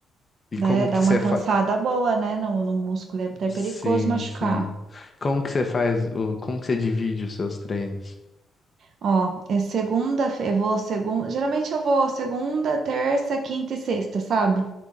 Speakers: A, on the left; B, on the right.
A: e
B: Dá,
A: como
B: dá
A: que
B: uma
A: você
B: cansada
A: faz?
B: boa, né? No, no músculo é até
A: Sim,
B: perigoso machucar.
A: sim. Como que você faz? O, como que você divide os seus treinos?
B: Ó, é segunda, eu vou segunda, geralmente eu vou segunda, terça, quinta e sexta, sabe?